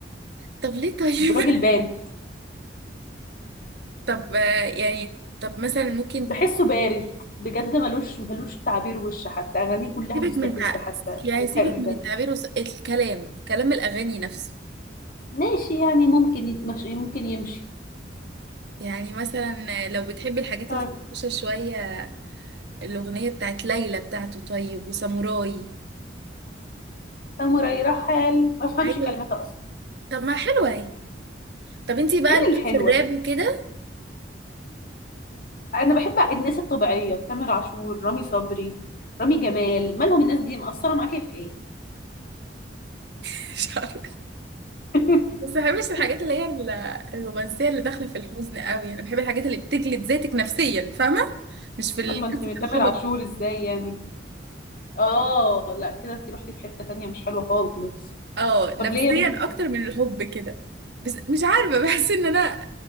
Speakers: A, on the right; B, on the left.
A: طب ليه طيب
B: راجل
A: <laughs>
B: بارد
A: طب آه، يعني طب مثلا ممكن
B: بحسه بارد بجد ملوش ملوش تعبير وش حتى اغانيه كلها
A: سيبك
B: مستفزه
A: من تع-
B: حتى
A: يعني
B: وكئيبه
A: سيبك من التعبير وس... الكلام كلام الأغاني نفسه
B: ماشي يعني ممكن يتمشي ممكن يمشي
A: يعني مثلا آه، لو بتحبي الحاجات
B: آه،
A: الفرفوشة شوية الأغنية بتاعت ليلى بتاعته طيب وساموراي
B: ساموراي رحل ما افهمش
A: ايوه
B: كلماتها اصلا
A: طب ما حلوة اهي طب انتي بقى
B: فين
A: ليكي
B: الحلوه
A: في الراب وكده
B: انا بحب الناس الطبيعيه تامر عاشور رامي صبري رامي جمال مالهم الناس دي مقصره معاكي في ايه
A: <laughs> مش عارفة
B: <laughs>
A: بس ما بحبش الحاجات اللي هي ال- الرومانسية اللي داخلة في الحزن قوي انا بحب الحاجات اللي بتجلد ذاتك نفسيا فاهمة مش في
B: طب ما
A: قصة
B: انت من تامر
A: الحب
B: عاشور ازاي يعني اه لا كده انت رحتي في حته تانية مش حلوه خالص
A: اه
B: طب
A: نفسيا
B: ليه يا بنتي
A: اكتر
B: كده
A: من الحب كده بس مش عارفة بحس ان انا